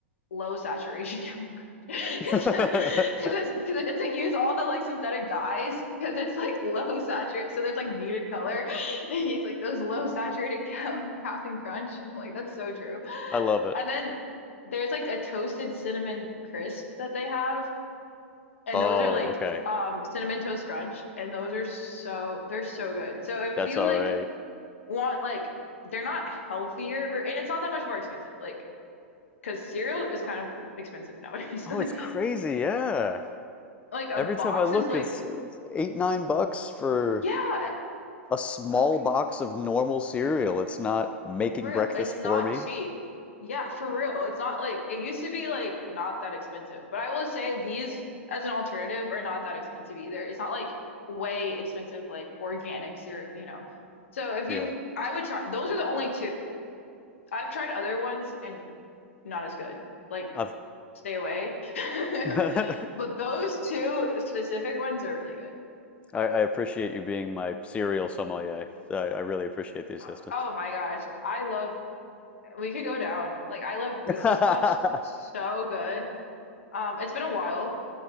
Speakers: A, on the left; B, on the left.
A: low saturation Captain because
B: <laughs>
A: <laughs> because it doesn't use all the like synthetic dyes because it's like low saturated so it's like muted color <laughs> and he's like those low saturated <laughs> Cap- Captain Crunch and I'm like that's so true
B: I love it.
A: and then there's like a toasted cinnamon crisp that they have and
B: Oh,
A: those are like
B: okay.
A: um cinnamon toast crunch and those are so they're so good so
B: That's
A: if you
B: all
A: like
B: right.
A: want like they're not healthier ver- and it's not that much more expensive like because cereal is kind of expensive nowadays.
B: Oh,
A: <laughs> Like,
B: it's crazy. Yeah.
A: like a
B: Every
A: box
B: time I look,
A: is like,
B: it's uh, eight, nine bucks for
A: yeah,
B: a small
A: crazy.
B: box of normal cereal. It's not making
A: For real.
B: breakfast
A: It's
B: for
A: not
B: me.
A: cheap. Yeah, for real. It's not like it used to be like not that expensive. But I will say these as an alternative are not that expensive either. It's not like way expensive like organic cereal, you know. So if
B: Yeah.
A: you I would try those are the only two. I've tried other ones and not as good. Like
B: I've
A: stay away. <laughs>
B: <laughs> I,
A: But those two specific ones are really good.
B: I appreciate you being my cereal sommelier. I, I really appreciate the assistance.
A: Uh, Oh my gosh. I love we could go down. Like I love Reese's
B: <laughs>
A: Puffs so good. Um it's been a while